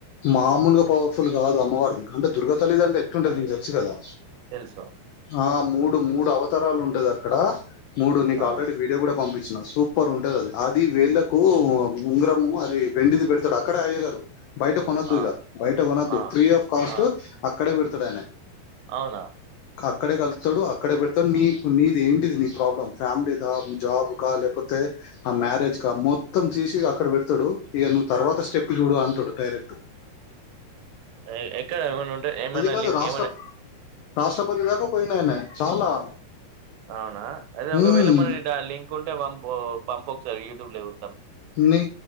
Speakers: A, on the left; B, on the right.
A: మా మూలుగా పవర్ఫుల్ కాదు అమ్మవారిది అంటె దుర్గతల్లిడాంటే ఎట్లుంటది నీకు తెలుసు కదా
B: తెలుసు
A: ఆ మూడు మూడు అవతారలు ఉంటది అక్కడ మూడు నీకు
B: ఆ
A: ఆల్రడీ వీడియో కూడా పంపి చ్చిన సూపర్ ఉంటది అది అది వేళ్ళలకు ఉంగరము అది వెండిది పెడతాడ అక్కడ అయ్యగారు బయట కొనొద్దు
B: ఆ
A: ఇగ బయట కొనొద్దు
B: ఆ
A: ఫ్రీ ఆఫ్ కాస్ట్
B: ఆ
A: అక్కడే పెడుతడైనే
B: అవునా
A: అక్కడే కలుతాడు అక్కడే పెడతాడు నీ నీది ఏంటిది నీ ప్రాబ్లమ్ ఫ్యామిలీక మీ జాబ్ కా లే పోతే ఆ మ్యారేజ్ క మొత్తం తీసి అక్కడ పెడుతాడు ఇగ నీ తర్వాత స్టెప్ చూడు అంటాడు డైరెక్టు
B: ఎ ఎక్కడ ఏమైనా ఉంటే ఏమైనా
A: కాదు
B: లింక్
A: రాష్ట్ర
B: ఏమైనా
A: రాష్ట్రపతి దాకా పోయిండు ఐనే చాలా
B: అవునా అదే ఒకవేళ
A: ఉమ్
B: మనకి దన్ లింక్ ఉంటే పంపు పంపుకసారి యూట్యూబ్ ల చు
A: నీ